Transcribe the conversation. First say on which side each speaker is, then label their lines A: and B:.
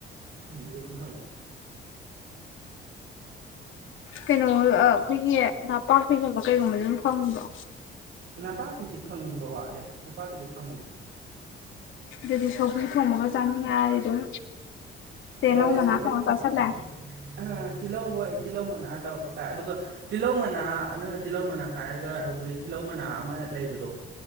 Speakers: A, on the right; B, on the left.
A: ꯐꯪꯗꯤ ꯑꯗꯨꯝ ꯐꯪꯉꯦ
B: ꯀꯩꯅꯣ ꯑꯩꯈꯣꯏꯒꯤ ꯅꯄꯥꯛꯄꯤꯒꯨꯝꯕ ꯀꯩꯒꯨꯝꯕ ꯐꯪꯕ꯭ꯔꯣ
A: ꯅꯄꯥꯛꯄꯤꯗꯤ ꯐꯪꯕ ꯋꯥꯠꯂꯦ ꯅꯄꯥꯛꯄꯤꯗꯤ ꯐꯪꯗꯦ
B: ꯑꯗꯨꯗꯤ ꯁꯧꯒ꯭ꯔꯤ ꯊꯣꯡꯕꯒ ꯆꯥꯅꯤꯡꯉꯥ ꯑꯗꯨꯝ ꯗꯦꯂꯧ
A: ꯍꯣꯏ
B: ꯃꯅꯥ
A: ꯁꯧꯒ꯭ꯔꯤ
B: ꯇꯧꯔꯒ
A: ꯊꯣꯡ
B: ꯥꯁꯔꯂꯦ
A: ꯑ ꯇꯤꯜꯍꯧ ꯍꯣꯏ ꯇꯤꯜꯍꯧ ꯃꯅꯥ ꯇꯧꯔꯁꯥꯏ ꯑꯗꯨꯒ ꯇꯤꯜꯍꯧ ꯃꯅꯥ ꯅꯪꯅ ꯇꯤꯜꯍꯧ ꯃꯅꯥ ꯍꯥꯏꯔꯒ ꯍꯧꯖꯤꯛ ꯇꯤꯜꯍꯧ ꯃꯅꯥ ꯑꯃ ꯂꯩꯕꯗꯣ